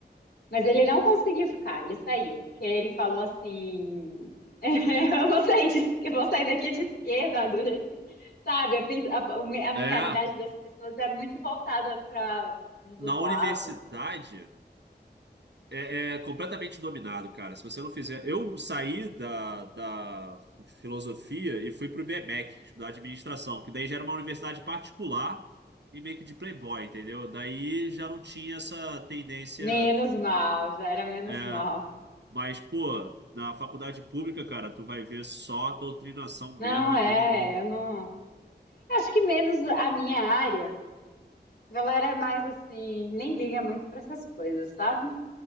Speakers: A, on the left; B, on the right.
A: Mas ele não conseguiu ficar, ele saiu, porque ele falou assim: <laughs> eu vou sair, de, eu vou sair daqui de esquerda, do jeito que. Sabe, a, a- a
B: É,
A: mentalidade das pessoas é muito voltada para um dos
B: na
A: lados.
B: universidade é, é completamente dominado, cara. Se você não fizer. Eu saí da, da filosofia e fui pro IBMEC, estudar administração, que daí já era uma universidade particular e meio que de playboy, entendeu? Daí já não tinha essa tendência.
A: Menos mal, já era menos
B: É,
A: mal.
B: Mas, pô, na faculdade pública, cara, tu vai ver só doutrinação
A: Não,
B: mesmo,
A: é,
B: é todo mundo.
A: eu não. Acho que menos a minha área. A galera é mais assim, nem liga muito para essas coisas, sabe?